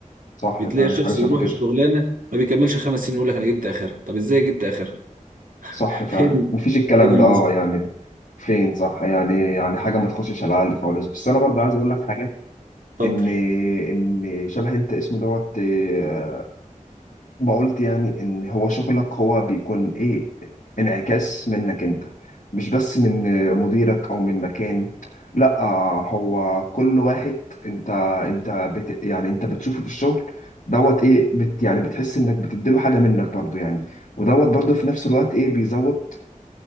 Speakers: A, on the left (about 70°); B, on the right (about 80°).
A: صح
B: بتلاقي
A: فعلا
B: الشخص
A: حاجه شبه
B: يروح
A: كده
B: الشغلانه ما بيكملش خمس سنين يقول لك انا جبت اخرها طب ازاي جبت اخرها <laughs>
A: صح فعلا
B: فين
A: مفيش الكلام
B: فين المظبوط
A: ده اه يعني فين صح يعني يعني حاجه ما تخشش على العقل خالص بس انا برضو عايز اقول لك حاجه
B: اتفضل
A: ان ان شبه انت اسمه دوت آه، ما قلت يعني ان هو شغلك هو بيكون ايه انعكاس منك انت مش بس من مديرك او من مكان لا هو كل واحد انت انت بت يعني انت بتشوفه في الشغل دوت ايه بت يعني بتحس انك بتديله حاجة منك برضو يعني ودوت برضو في نفس الوقت ايه بيزود